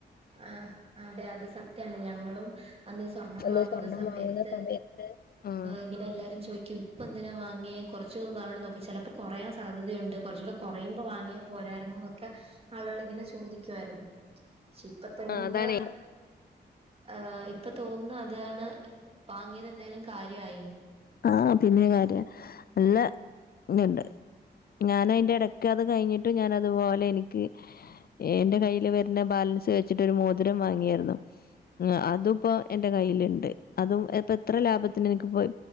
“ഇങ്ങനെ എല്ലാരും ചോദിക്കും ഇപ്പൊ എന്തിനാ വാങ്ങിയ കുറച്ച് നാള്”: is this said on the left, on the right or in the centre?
Right